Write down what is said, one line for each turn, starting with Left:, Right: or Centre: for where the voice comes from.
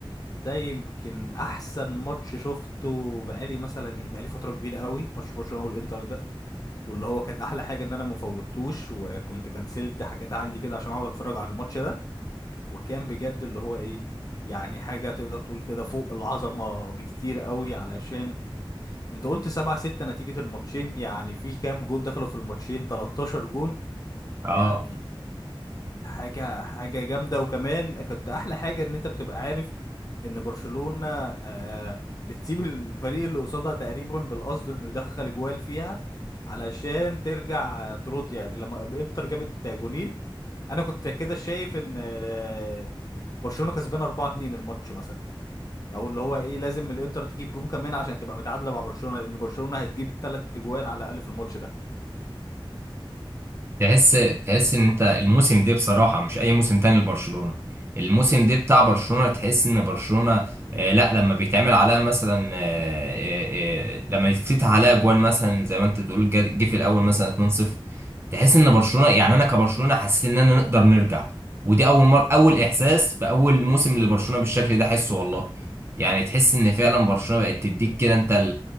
Left: ده يمكن احسن ماتش شفته بقالي مثلا ايه بقالي فتره كبيره قوي ماتش برشلونه والانتر ده واللي هو كانت احلى حاجه ان انا ما فوتوش وكنت كنسلت حاجات عندي كده عشان اقعد اتفرج على الماتش ده وكان بجد اللي هو ايه يعني حاجه تقدر تقول كده فوق العظمه بكتير قوي علشان انت قلت 7 6 نتيجه الماتشين يعني في كام جون دخلوا في الماتشين 13 جون
Right: اه
Left: يعني حاجة حاجة جامدة وكمان كنت أحلى حاجة إن أنت بتبقى عارف إن برشلونة آه بتسيب الفريق اللي قصادها تقريبا بالقصد إنه يدخل جوال فيها علشان ترجع آه، ترد يعني لما إنتر جابت جونين أنا كنت كده شايف إن آه برشلونة كسبان 4-2 الماتش مثلا أو اللي هو إيه لازم الإنتر تجيب جون كمان عشان تبقى متعادلة مع برشلونة لأن برشلونة هتجيب تلات جوال على الأقل في الماتش ده
Right: تحس تحس ان انت الموسم ده بصراحه مش اي موسم تاني لبرشلونه الموسم ده بتاع برشلونه تحس ان برشلونه آه، لا لما بيتعمل عليها مثلا آه، آه، آه، لما يتفتح عليها جوان مثلا زي ما انت بتقول جا- جه في الاول مثلا 2-0 تحس ان برشلونه يعني انا كبرشلونه حاسس ان انا نقدر نرجع ودي اول مره اول احساس في اول موسم لبرشلونه بالشكل ده حسه والله يعني تحس ان فعلا برشلونه بقت تديك كده انت